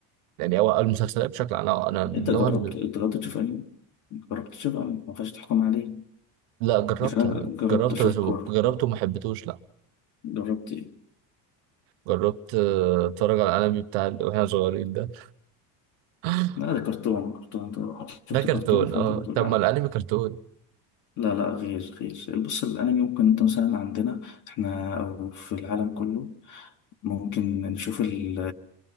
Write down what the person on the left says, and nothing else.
أنت
جربت
أنت جربت تشوف أنمي جربت تشوف أنمي ما ينفعش تحكم عليه
لكن أنا جربت
أشوف
كورة
جربت إيه؟
لا ده كرتون كرتون أنت شفت
كرتون فأنت
بتقول
عنه
لا لا غير غير بص الأنمي ممكن أنت مثلا عندنا إحنا أو في العالم كله ممكن نشوف ال